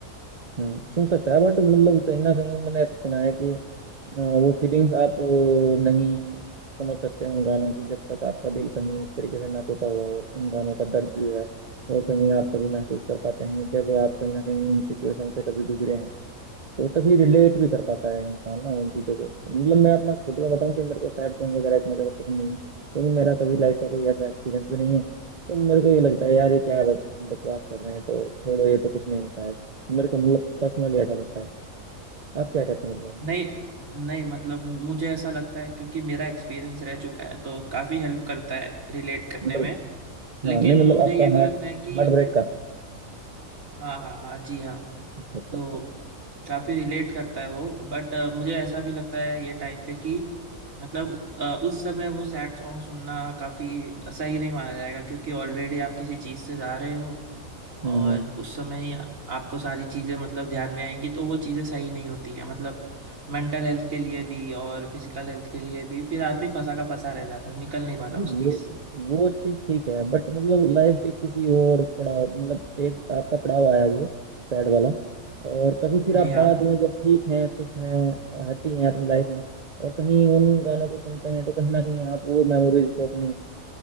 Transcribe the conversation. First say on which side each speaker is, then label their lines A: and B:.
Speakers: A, on the right; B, on the right.
A: हम्म, सुन सकता है बट मतलब कहीं ना कहीं मैंने ऐसा सुना है कि अ, वो फीलिंग्स आप अ, नहीं समझ सकते उन गानों की जब तक आपका दिल कहीं इस तरीके से ना टूटा हुआ हो उन गानों का दर्द जो है वो कहीं आप कभी महसूस कर पाते हैं जब आप कहीं ना कहीं इन सिचुएशन से कभी गुजरे हैं तो तभी रिलेट भी कर पाता है इंसान ना उन चीज़ों को मतलब मैं अपना खुद का बताऊं कि मेरे को सैड सॉन्ग वगैरह इतना ज़्यादा पसंद नहीं है क्योंकि मेरा कभी लाइफ का कोई ऐसा एक्सपीरियंस भी नहीं है तो मेरे को ये लगता है यार ये क्या बक- बकवास कर रहे हैं तो छोड़ो ये तो कुछ नहीं होता है मेरे को मतलब पर्सनली ऐसा लगता है आप क्या कहते हैं इस बारे में
B: नहीं नहीं मतलब मुझे ऐसा लगता है क्योंकि मेरा एक्सपीरियंस रह चुका है तो काफी हेल्प करता है रिलेट करने
A: मतलब
B: में लेकिन
A: हाँ नहीं मतलब
B: मुझे
A: आपका
B: ये भी
A: हार्ट
B: लगता है कि
A: हार्ट ब्रेक का
B: हाँ हाँ हाँ जी हाँ
A: अच्छा
B: तो
A: अच्छा अच्छा
B: काफी रिलेट करता है वो बट मुझे ऐसा भी लगता है ये टाइम पे कि मतलब अ, उस समय वो सैड सॉन्ग सुनना काफी सही नहीं माना जाएगा क्योंकि ऑलरेडी आप किसी चीज से जा रहे हो
A: हम्म
B: और
A: हम्म
B: उस समय ही आपको सारी चीजें मतलब ध्यान में आएंगी तो वो चीजें सही नहीं होती है मतलब मेंटल हेल्थ के लिए भी और फिजिकल हेल्थ के लिए भी फिर आदमी फंसा का फंसा रह जाता है निकल नहीं पाता
A: नहीं
B: उस चीज
A: वो
B: से
A: वो चीज ठीक है बट मतलब लाइफ के किसी और पड़ाव मतलब एक आपका पड़ाव आया जो सैड वाला और कभी फिर
B: जी
A: आप
B: हाँ।
A: बाद में जब ठीक हैं खुश हैं हैप्पी हैं अपनी लाइफ में और कहीं उन गानों को सुनते हैं तो कहीं ना कहीं आप वो मेमोरीज को अपनी